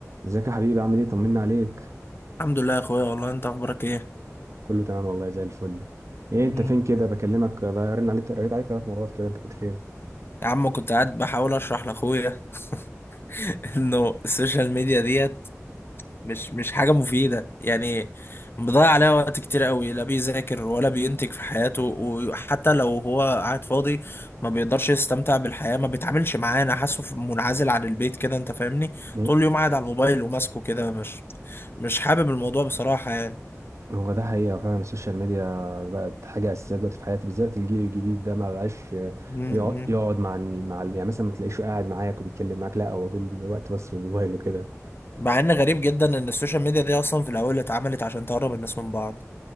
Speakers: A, on the right; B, on the left.
A: ازيك يا حبيبي عامل ايه طمنا عليك
B: الحمد لله يا اخويا والله انت اخبارك ايه
A: كله تمام والله زي الفل ايه
B: مم.
A: انت فين كده بكلمك برن عليك قريت عليك ثلاث مرات كده انت كنت فين
B: يا عم كنت قاعد بحاول اشرح لاخويا <laughs> انه السوشيال ميديا ديت مش مش حاجه مفيده يعني مضيع عليها وقت كتير قوي لا بيذاكر ولا بينتج في حياته وحتى لو هو قاعد فاضي ما بيقدرش يستمتع بالحياه ما بيتعاملش معانا حاسه في- منعزل عن البيت كده انت فاهمني
A: ايه
B: طول اليوم قاعد على الموبايل وماسكه كده مش مش حابب الموضوع بصراحه يعني
A: هو ده حقيقة فعلا السوشيال ميديا بقت حاجة أساسية دلوقتي في حياتي بالذات الجيل الجديد ده ما بقاش
B: مم.
A: يقعد
B: مم.
A: يقعد مع ال- مع ال- يعني مثلا ما تلاقيش قاعد معاك وبيتكلم معاك لا هو طول الوقت بس في الموبايل وكده
B: مع ان غريب جدا ان السوشيال ميديا دي اصلا في الاول اتعملت عشان تقرب الناس من بعض